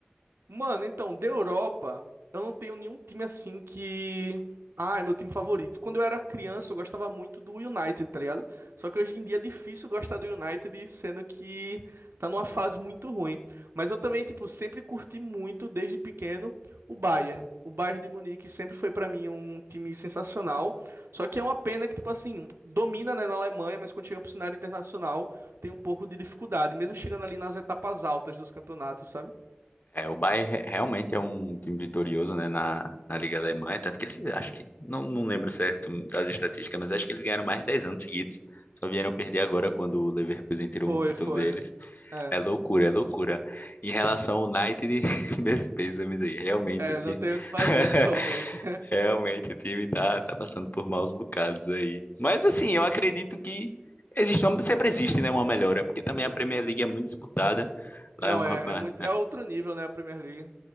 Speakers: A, on the right (about 80°); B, on the left (about 50°).
A: Mano, então, da Europa, eu não tenho nenhum time assim que. Ah, é meu time favorito. Quando eu era criança, eu gostava muito do United, tá ligado? Só que hoje em dia é difícil gostar do United, sendo que tá numa fase muito ruim. Mas eu também, tipo, sempre curti muito, desde pequeno, o Bayern. O Bayern de Munique sempre foi pra mim um time sensacional. Só que é uma pena que, tipo assim, domina, né, na Alemanha, mas quando chega pro cenário internacional, tem um pouco de dificuldade, mesmo chegando ali nas etapas altas dos campeonatos, sabe?
B: É, o Bayern re- realmente é um time vitorioso, né, na, na Liga Alemã, É tanto que eles, acho que, não, não lembro certo das estatísticas, mas acho que eles ganharam mais de 10 anos seguidos, só vieram perder agora quando o Leverkusen tirou
A: Foi,
B: um título
A: foi.
B: deles.
A: É.
B: É loucura, é loucura. Em relação ao United, <laughs> meus pêsames aí, realmente
A: É,
B: o time,
A: não tenho o que fazer
B: <laughs>
A: <laughs> atualmente.
B: realmente o time tá, tá passando por maus bocados aí. Mas assim, eu acredito que existe, uma- sempre existe, né, uma melhora, porque também a Premier League é muito disputada,
A: Não
B: lá é um campeonato
A: é, é muito, é outro nível, né, a Premier League.